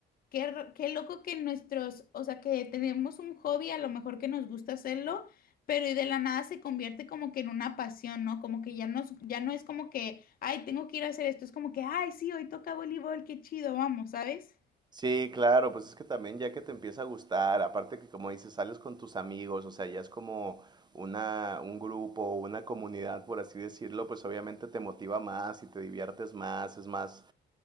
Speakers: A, on the left; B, on the right.
A: qué, r- qué loco que nuestros, o sea, que tenemos un hobby, a lo mejor que nos gusta hacerlo, pero y de la nada se convierte como que en una pasión, ¿no? Como que ya nos, ya no es como que, ay, tengo que ir a hacer esto, es como que, ay, sí, hoy toca voleibol, qué chido, vamos, ¿sabes?
B: Sí, claro, pues es que también ya que te empieza a gustar, aparte que como dices, sales con tus amigos, o sea, ya es como una, un grupo, una comunidad, por así decirlo, pues obviamente te motiva más y te diviertes más, es más,